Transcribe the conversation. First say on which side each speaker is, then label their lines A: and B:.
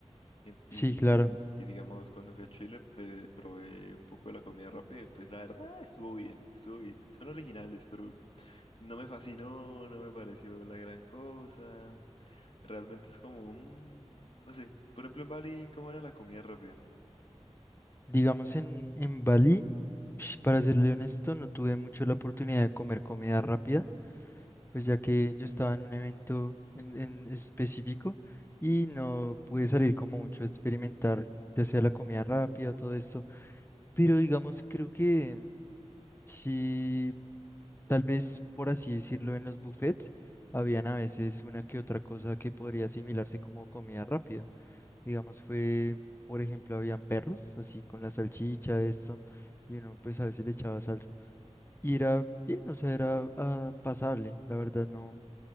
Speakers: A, on the left; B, on the left.
A: En- Y,
B: sí, claro.
A: y digamos, cuando fui a Chile, pe- probé un poco de la comida rápida y pues la verdad estuvo bien, estuvo bien. Son originales, pero no me fascinó, no me pareció la gran cosa. Realmente es como, mm, no sé. Por ejemplo, en Bali, ¿cómo era la comida rápida?
B: Digamos en, en Bali, sh- para serle honesto, no tuve mucho la oportunidad de comer comida rápida, pues ya que yo estaba en un evento en, en específico y no pude salir como mucho a experimentar, ya sea la comida rápida, todo esto. Pero digamos, creo que sí, tal vez por así decirlo, en los buffets, habían a veces una que otra cosa que podría asimilarse como comida rápida. Digamos, fue, por ejemplo, habían perros, así con la salchicha, esto, y uno pues a veces le echaba salsa. Y era bien, o sea, era ah, pasable, la verdad no,